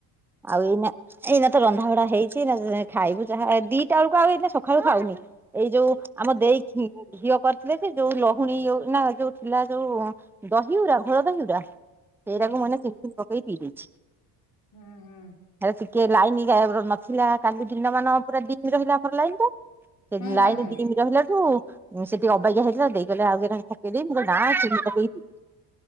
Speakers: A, in the centre; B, on the left.
A: ଆଉ ଏଇନା ଏଇନା ତ ରନ୍ଧା ବଢା ହେଇଛି ନା ଖାଇବୁ ଯାହା ଦିଟା ବେଳକୁ ଆଉ ଏଇ ସକାଳୁ ଖାଉନି ଏଇ ଯୋଉ ଆମ ଦେଇ ଇ ଘିଅ କରିଥିଲେ ସେ ଯୋଉ ଲହୁଣୀ ଯୋଉ ନା ଯୋଉ ଥିଲା ଯୋଉ ଦହି ଗୁରା ଘୋଳ ଦହିଗୁରା। ସେଇରାକୁ
B: ହୁଁ
A: ମାନେ ଚିନି ଫିନୀ ପକେଇକି ପିଦେଇଛି
B: ହୁଁ ହୁଁ
A: ହେରା ଟିକେ ଲାଇନି ନଥିଲା କାଲି ଦିନ ମାନ ପୁରା ଡିମି ରହିଲା ଆମର ଲାଇନି ଟା ସେ
B: ହୁଁ
A: ଲାଇନ
B: ହୁଁ ହୁଁ
A: ଡିମ ରହିଲା ରୁ ସେ ଟିକେ ଅ ଅବାଗିଆ ହେଇଥିଲା ଦେଇ କହିଲେ ଆଉ କେଇଟା ଖଣ୍ଡେ ପକେଇଦେ ମୁଁଁ କହିଲି ଚିନି ପକେଇ ପିଦେ।